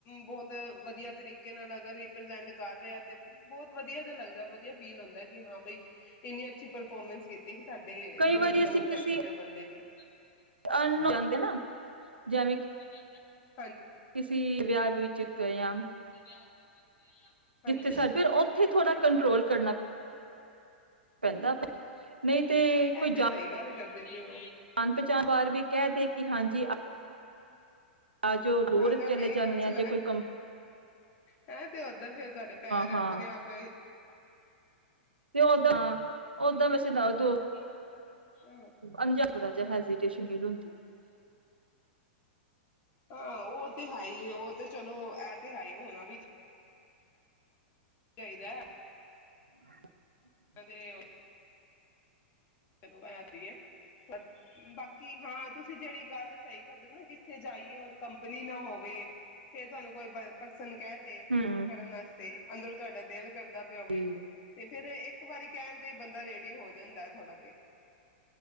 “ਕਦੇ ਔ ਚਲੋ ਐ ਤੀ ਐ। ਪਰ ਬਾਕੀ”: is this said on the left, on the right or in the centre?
Left